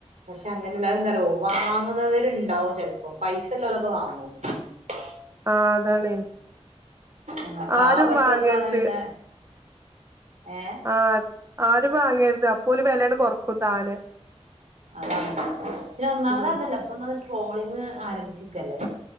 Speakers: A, on the right; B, on the right.
A: പക്ഷെ അങ്ങനെയല്ലന്താനറിയോ വാങ്ങുന്നവരുണ്ടാവും ചെലപ്പം പൈസ ല്ലൊലക്കെ വാങ്ങും. ഓ
B: ആ അതണേ
A: ആഹ് പാവപ്പെട്ടോർക്കാണ്
B: ആരും വാങ്ങര്‌ത്.
A: പിന്നെ ഏഹ്
B: ആ ആരും വാങ്ങരത് അപ്പോല് വെലങ്ങട്ട് കൊറക്കും താനെ.
A: അതാണ് പിന്നെ ഒന്നാമത്
B: ഉം
A: അതല്ല ഇപ്പൊന്നമത്ട്രോളിങ് ആരംഭിച്ചക്കല്ലേ.